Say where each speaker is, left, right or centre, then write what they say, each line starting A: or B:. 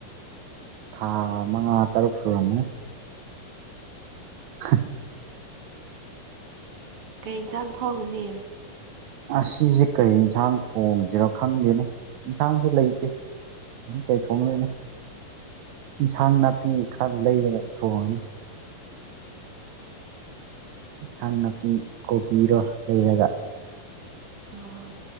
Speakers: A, on the right; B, on the right.
A: ꯊꯥ ꯃꯉꯥ ꯇꯔꯨꯛ ꯁꯨꯔꯝꯃꯅꯤ <unintelligible>
B: ꯀꯩ ꯏꯟꯁꯥꯡ ꯊꯣꯡꯉꯅꯤ
A: ꯉꯥꯁꯤꯁꯦ ꯀꯔꯤ ꯏꯟꯁꯥꯡ ꯊꯣꯡꯁꯤꯔ ꯈꯪꯗꯦꯅꯦ ꯏꯟꯁꯥꯡꯁꯨ ꯂꯩꯇꯦ ꯀꯩ ꯊꯣꯡꯗꯣꯏꯅꯣ ꯏꯟꯁꯥꯡ ꯅꯥꯄꯤ ꯈꯔ ꯂꯩꯔꯒ ꯊꯣꯡꯉꯅꯤ ꯏꯟꯁꯥꯡ ꯅꯥꯄꯤ ꯀꯣꯕꯤꯔ ꯂꯩꯔꯒ
B: ꯑꯣ